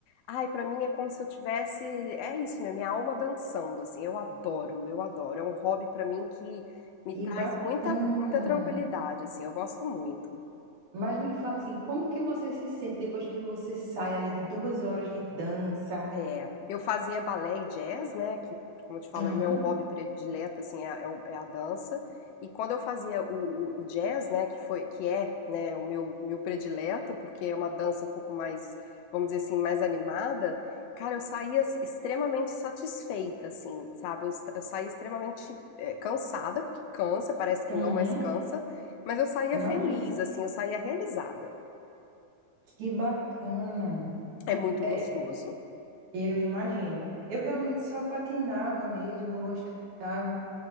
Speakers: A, on the left; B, on the right.
A: Ai, pra mim é como se eu tivesse, é isso mesmo, minha alma dançando, assim. Eu adoro, eu adoro. É um hobby pra mim que me traz
B: E bacana.
A: muita, muita tranquilidade, assim. Eu gosto muito.
B: Mas me fala assim, como que você se sente depois que você sai ali de duas horas de dança?
A: É, eu fazia balé e jazz, né? Que, como eu te falo,
B: Uhum,
A: é o meu hobby predileto, assim, é, é o- é a dança. E quando eu fazia o, o- o jazz, né? Que foi, que é, né? O meu, meu predileto, porque é uma dança um pouco mais, vamos dizer assim, mais animada. Cara, eu saía s- extremamente satisfeita, assim, sabe? Eu, sa- eu saía extremamente é, cansada, porque cansa, parece que
B: uhum,
A: não, mas cansa. Mas eu saía
B: imagina.
A: feliz, assim, eu saía realizada.
B: Que bacana.
A: É muito
B: É,
A: gostoso.
B: eu imagino. Eu realmente só patinava mesmo, eu gostava.